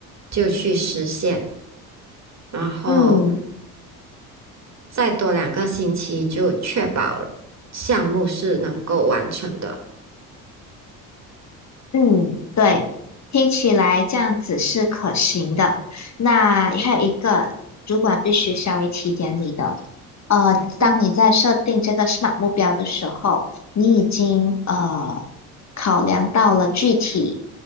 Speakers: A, on the right; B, on the left.
A: 就去实现，然后
B: 嗯，
A: 再多两个星期就确保项目是能够完成的。
B: 嗯，对，听起来这样子是可行的。那还有一个，主管必须稍微提点你的，呃，当你在设定这个
A: 嗯。
B: SMART 目标的时候，你已经呃考量到了具体